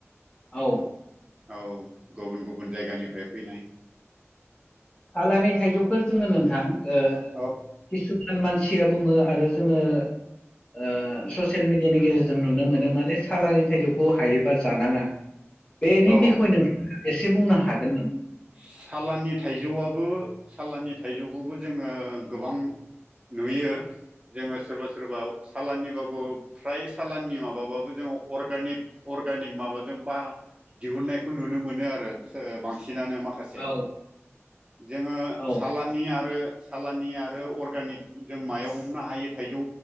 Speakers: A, on the left (about 20°); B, on the right (about 20°).
A: औ
B: औ गुबुन गुबुन जायगानिफ्राय फैनाय
A: आलानि थाइजौखौ जोङो नोंथां ओ
B: औ
A: किसुखान मानसिया बुङो आरो जोङो ओ ससियेल मिडियानि गेजेरजों नुनो मोनो माने सालानि थाइजौखौ हायोबा जानाङा बेनि
B: औ
A: बिखय नोंथाङा एसे बुंनो हागोन नामा?
B: सालानि थाइजौआबो सालानि थाइजौखौबो जोङो गोबां नुयो जोङो सोरबा सोरबा साालाननिबाबो फ्राय साालाननि माबाबाबो जोङो अर्गानिक अर्गानिक माबाजों बा दिहुनायखौ नुनो मोनो आरो। सो-ओ- बांसिन सिनानो माखासे
A: औ
B: जोङो
A: औ
B: साला नि आरो सालानि आरो अर्गानिक जों मायाव हमनो हायो थाइजौ